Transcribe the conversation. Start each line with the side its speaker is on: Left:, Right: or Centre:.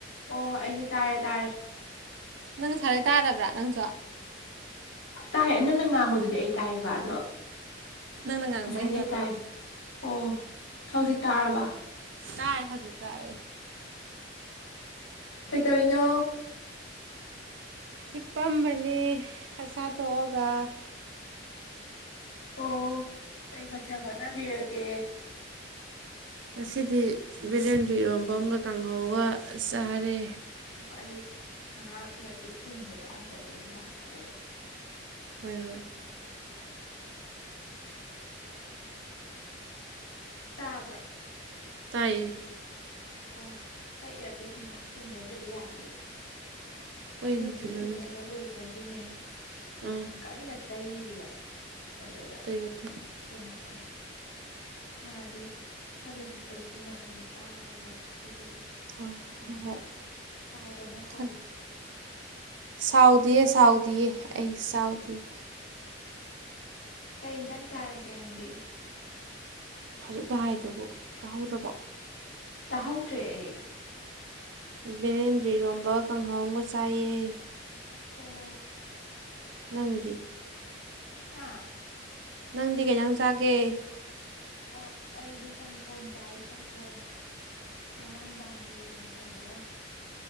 Left: ꯑꯣ ꯑꯩꯁꯨ ꯇꯥꯔꯦ ꯇꯥꯔꯦ
Right: ꯅꯪ ꯉꯁꯥꯏꯗꯩ ꯇꯥꯗꯕ꯭ꯔꯥ ꯅꯪꯁꯨ
Left: ꯇꯥꯏꯌꯦ ꯅꯡꯅ ꯉꯥꯡꯕꯗꯨꯗꯤ ꯑꯩ ꯇꯥꯏꯌꯦꯕ ꯑꯗꯣ
Right: ꯅꯪꯅ ꯉꯥꯡꯕ
Left: ꯉꯥꯡꯁꯥꯏꯗꯩ
Right: ꯑꯩꯅ ꯇꯥꯗꯕ
Left: ꯇꯥꯏꯌꯦ ꯑꯣ ꯍꯧꯖꯤꯛ ꯇꯥꯔꯕ
Right: ꯇꯥꯔꯦ ꯍꯧꯖꯤꯛ ꯇꯥꯔꯦ
Left: ꯀꯩꯇꯧꯔꯤꯅꯣ
Right: ꯍꯤꯞꯄꯝꯕꯅꯦ ꯆꯥꯛꯆꯥꯥ ꯇꯣꯛꯑꯒ
Left: ꯑꯣ ꯀꯩ ꯃꯊꯦꯜ ꯍꯣꯠꯅꯕꯤꯔꯒꯦ
Right: ꯉꯁꯤꯗꯤ ꯕꯦꯔꯦꯟꯗ꯭ꯔꯤ ꯏꯔꯣꯝꯕꯝꯒ ꯀꯥꯡꯍꯧꯒ ꯆꯥꯔꯦ
Left: ꯈꯣ ꯑꯩ ꯉꯥꯏꯍꯥꯛ ꯏꯌꯥꯔꯄꯤꯁ ꯊꯤꯟꯒꯦꯕ ꯅꯠꯇ꯭ꯔꯗꯤ ꯑꯩ ꯌꯥꯔꯔꯣꯏꯕ
Right: ꯍꯣꯏ ꯍꯣꯏ
Left: ꯇꯥꯕ꯭ꯔꯥ
Right: ꯇꯥꯏꯌꯦ
Left: ꯑꯣ ꯑꯩ ꯏꯌꯥꯔꯄꯤꯁ ꯉꯥꯏꯍꯥꯛ ꯊꯤꯟꯒꯦ ꯅꯠꯇꯗꯤ ꯌꯥꯔꯣꯏꯕ
Right: ꯍꯣꯏ
Left: ꯑꯩꯖꯦ ꯍꯧꯖꯤꯛ
Right: ꯊꯤꯜꯂꯣ
Left: ꯔꯤꯖꯦꯟ
Right: ꯅꯨꯡꯊꯤꯜꯂꯣ
Left: ꯃꯔꯨ ꯑꯣꯏꯕ꯭ꯔ ꯀ ꯒꯤꯅꯦ ꯂꯣꯁꯟ
Right: ꯑꯥ
Left: ꯀꯟꯅ ꯇꯩꯔꯤꯕ ꯑꯗꯨꯗ
Right: <unintelligible>
Left: ꯀꯩꯅꯣꯅꯦ ꯃꯥꯗꯤ ꯈꯔ ꯂꯩꯈꯠꯄꯁꯤꯁꯨ ꯃꯈꯣꯟꯁꯦ ꯇꯥꯔꯣꯏꯗꯕ ꯑꯗꯨꯒꯤꯅꯦ
Right: ꯍꯣꯏ ꯍꯣꯏ
Left: ꯁꯥꯎꯒꯅꯣ ꯁꯣꯔꯤ
Right: ꯈꯪ ꯁꯥꯎꯗꯤꯌꯦ ꯁꯥꯎꯗꯤꯌꯦ ꯑꯩ ꯁꯥꯎꯗꯤꯌꯦ
Left: ꯀꯩ ꯏꯟꯖꯥꯡ ꯆꯥꯔꯒꯦ ꯅꯪꯗꯤ
Right: ꯍꯧꯖꯤꯛꯇ ꯍꯥꯏꯗꯨꯕꯨ ꯇꯥꯍꯧꯗ꯭ꯔꯕꯣ
Left: ꯇꯥꯍꯧꯗ꯭ꯔꯦ ꯑꯩ
Right: ꯕꯦꯂꯦꯟꯗ꯭ꯔꯤ ꯏꯔꯣꯝꯕ ꯀꯥꯡꯍꯧꯒ ꯆꯥꯏꯌꯦ
Left: ꯑꯣ
Right: ꯅꯪꯗꯤ
Left: ꯍꯥꯥ
Right: ꯅꯪꯗꯤ ꯀꯩꯖꯥꯡ ꯆꯥꯒꯦ
Left: ꯑꯣ ꯑꯩꯗꯤ ꯆꯝꯊꯣꯡ ꯆꯥꯏꯌꯦ ꯆꯝꯊꯣꯡ ꯉꯔꯥꯡ ꯅꯨꯡꯗꯥꯡꯒꯤ ꯌꯦꯟ ꯊꯣꯡꯕꯒ꯫